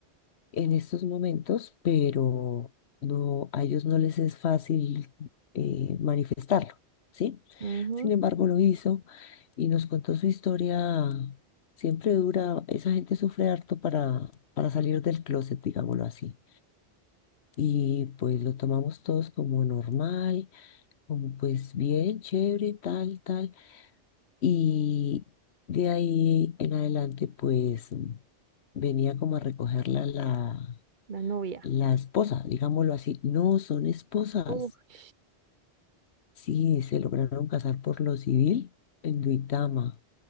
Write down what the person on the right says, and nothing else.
Ujú,
La novia.
Uf,